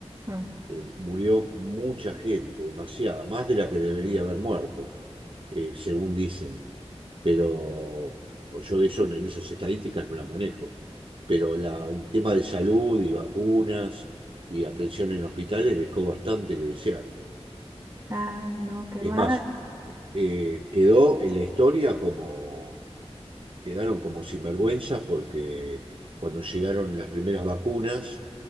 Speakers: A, on the right (about 30°); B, on the right (about 50°).
A: Mm.
B: Eh, murió mucha gente, demasiada, más de la que debería haber muerto, eh, según dicen. Pero yo de eso, en esas estadísticas no las manejo. Pero la, el tema de salud y vacunas y atención en hospitales dejó bastante que desear.
A: Ay, no, qué
B: Es
A: mal.
B: más, eh, quedó en la historia como quedaron como sinvergüenzas porque cuando llegaron las primeras vacunas,